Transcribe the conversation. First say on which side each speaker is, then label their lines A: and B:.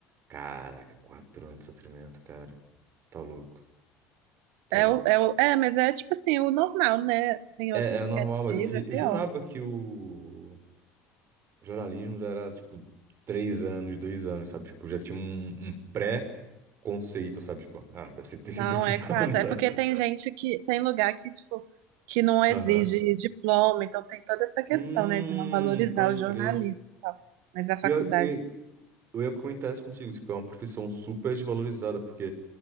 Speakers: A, on the right (about 45°); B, on the right (about 80°).
A: Caraca, quatro anos de sofrimento, cara. Tá louco, tá
B: É,
A: louco.
B: o, é, o, é, mas é tipo assim, o normal, né? Tem
A: É,
B: outros
A: é normal,
B: que é seis,
A: mas eu, pensei-
B: é pior.
A: eu jurava que o. Jornalismo já era, tipo, três anos, dois anos, sabe? Tipo, já tinha um, um pré-conceito, sabe? Tipo, ah, deve ser ter sido
B: Não,
A: <laughs> dois
B: é quatro.
A: anos, sabe?
B: É porque tem gente que tem lugar que, tipo, que não exige
A: Aham.
B: diploma, então tem toda essa questão,
A: Hum,
B: né, de não valorizar
A: pode
B: o jornalismo
A: crer.
B: e tal. Mas a faculdade,
A: Pior- e- Eu ia comentar isso contigo, tipo, é uma profissão super desvalorizada, porque